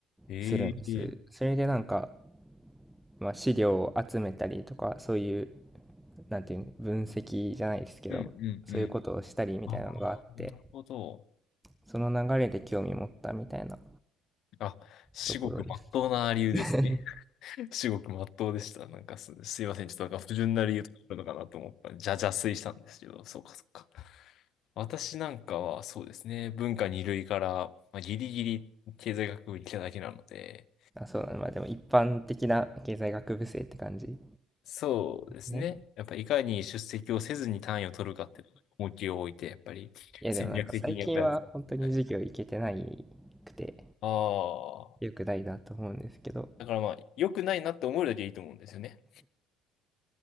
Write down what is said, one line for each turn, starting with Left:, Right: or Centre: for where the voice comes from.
Left: ええ
Centre: するんです。それでなんか、まあ、資料を集めたりとか、そういう、なんていうの、分析じゃないですけど、
Left: うんうんうん。
Centre: そういうことをしたりみたいなのがあって、
Left: ああ、なるほど。
Centre: その流れで興味持ったみたいな
Left: あ、至極真っ当な理由ですね。
Centre: ところです。<laughs>
Left: <laughs> 至極真っ当でした。なんかす、すいません。ちょっとなんか不純な理由とかあるのかなと思った。じゃ、邪推したんですけど、そうかそうか。私なんかはそうですね。文化二類から、まあ、ギリギリ経済学部に来ただけなので、
Centre: あ、そうなの、まあでも一般的な経済学部生って感じで
Left: そうですね。
Centre: すね。
Left: やっぱいかに出席をせずに単位を取るかって重きを置いて、やっぱり戦略的にやっぱりやつ。
Centre: いやでもなんか最近は本当に授業行けてないくて、
Left: はい。ああ。
Centre: 良くないなと思うんですけど、
Left: だからまあ、良くないなって思うだけいいと思うんですよね。